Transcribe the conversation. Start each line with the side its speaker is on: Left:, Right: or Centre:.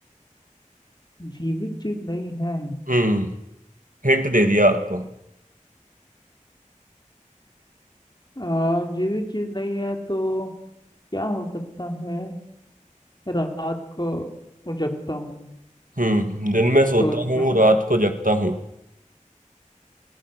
Left: जीवित चीज नहीं है
Right: हम्म हिंट दे दिया आपको
Left: आ, जीवित चीज नहीं है तो क्या हो सकता है रात को उजगता हूँ
Right: हम्म दिन में सोता
Left: तो क्या
Right: हूँ रात को जगता हूँ